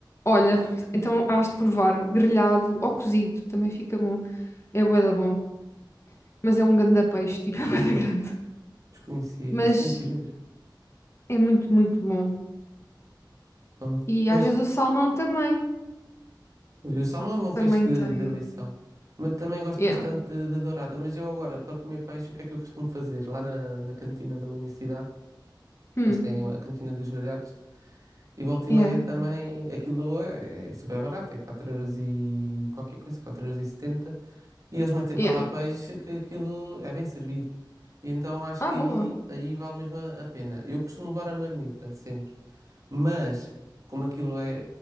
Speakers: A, on the left; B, on the right.
A: Olha, então hás de provar, grelhado ou cozido, também fica bom. É bué da bom, mas é um ganda peixe, tipo, <laughs> é
B: Uhum.
A: bué da grande.
B: Desconhecia
A: Mas
B: isso, tenho que ir ver.
A: é muito, muito bom.
B: Ah,
A: E
B: Pois,
A: às vezes o salmão também.
B: pois, o salmão é o meu peixe
A: Também
B: de,
A: tem.
B: de eleição. Mas também gosto
A: Yeah.
B: bastante de, de dourada. Mas eu agora, para comer peixe, o que é que eu costumo fazer? Lá na, na cantina da universidade,
A: Hum.
B: eles têm a cantina dos grelhados. E volta
A: Yeah.
B: e meia também, aquilo é, é super barato, é 4 euros e qualquer coisa, quatro euros e setenta E eles metem
A: Yeah.
B: para lá peixe que aquilo é bem servido. E então acho
A: Ah,
B: que aí,
A: boa.
B: aí vale mesmo a a pena. Eu costumo levar a marmita sempre. Mas, como aquilo é,